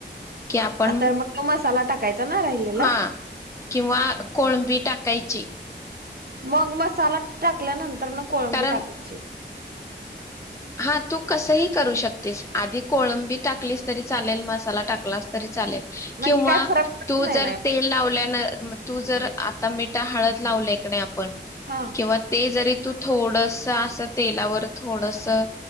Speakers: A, on the left (about 15°); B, on the right (about 55°).
A: कि आपण
B: आता मग तो मसाला टाकायचा ना राहिलेला
A: हा किंवा कोळंबी टाक कैची
B: मग मसाला टाकल्यानं तर ना कोळंबी
A: कारण
B: टाकायची.
A: हा तू कसही करू शकतेस आधी कोळंबी टाकलीस तरी चालेल, मसाला टाकलास तरी चालेल.
B: म्हणजे
A: किंवा
B: काय फरक पडत
A: तू
B: नाही
A: जर
B: ना
A: तेल लावल्या ना मग तू जर आता मीठा, हळद लावलाय क नाय आप पण
B: हा
A: किंवा ते जरी तू थोडा सा असं तेलावर थोड सा